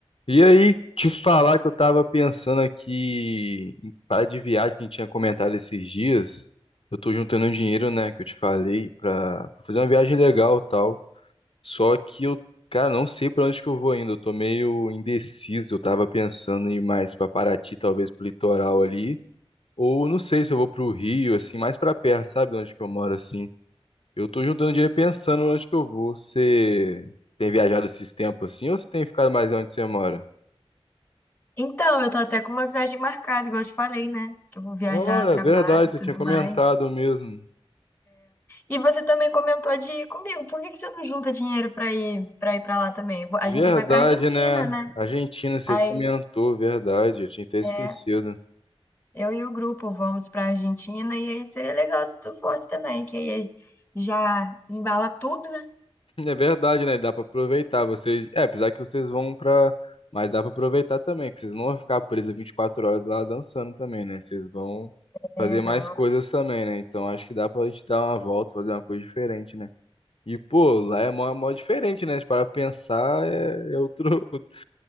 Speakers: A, on the left; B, on the left.
A: E aí, te falar que eu tava pensando aqui em parar de viagem que a gente tinha comentado esses dias. Eu tô juntando um dinheiro, né, que eu te falei, pra, pra fazer uma viagem legal e tal. Só que eu, cara, não sei pra onde que eu vou ainda. Eu tô meio indeciso. Eu tava pensando em ir mais pra Paraty, talvez pro litoral ali. Ou não sei se eu vou pro Rio, assim, mais pra perto, sabe, de onde que eu moro, assim. Eu tô juntando dinheiro pensando onde que eu vou. Você tem viajado esses tempos assim ou você tem ficado mais onde você mora?
B: Então, eu tô até com uma viagem marcada, igual eu te falei, né? Que eu vou viajar
A: Olha,
B: a trabalho
A: verdade,
B: e
A: você
B: tudo
A: tinha comentado
B: mais.
A: mesmo.
B: E você também comentou de ir comigo. Por que que você não junta dinheiro pra ir para ir para lá também? Eu vou- A
A: Verdade,
B: gente vai pra Argentina,
A: né?
B: né?
A: Argentina, você
B: Aí,
A: comentou, verdade. Eu tinha até esquecido.
B: é, eu e o grupo vamos pra Argentina e aí seria legal se tu fosse também, que aí já embala tudo, né?
A: É verdade, né? Dá pra aproveitar. Vocês, é, apesar que vocês vão pra. Mas dá pra aproveitar também, que vocês não vão ficar presos 24 horas lá dançando também, né? Vocês vão fazer
B: É,
A: mais
B: não.
A: coisas também, né? Então acho que dá pra gente dar uma volta, fazer uma coisa diferente, né? E, pô, lá é mó, mó diferente, né? Se parar pra pensar, é, é outro, <laughs>